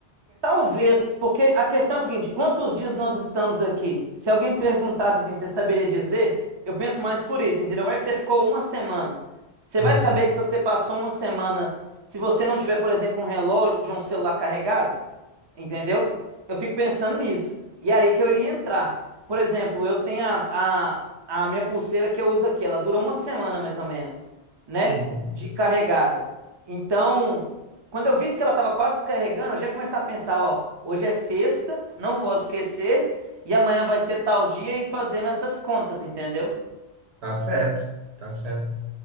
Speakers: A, on the right (about 30°); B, on the right (about 70°).
A: Talvez, porque a questão é a seguinte: quantos dias nós estamos aqui? Se alguém perguntasse assim, você saberia dizer? Eu penso mais por isso, entendeu? Vai que você ficou uma semana. Você
B: Uhum.
A: vai saber que se você passou uma semana, se você não tiver, por exemplo, um relógio ou um celular carregado, Entendeu? Eu fico pensando nisso. E é aí que eu iria entrar. Por exemplo, eu tenho a, a, a minha pulseira que eu uso aqui. Ela dura uma semana mais ou menos, né?
B: Uhum.
A: De carregada. Então, quando eu vi que ela estava quase descarregando, eu já começava a pensar: ó, hoje é sexta, não posso esquecer. E amanhã vai ser tal dia e fazendo essas contas, entendeu?
B: Tá certo, tá certo.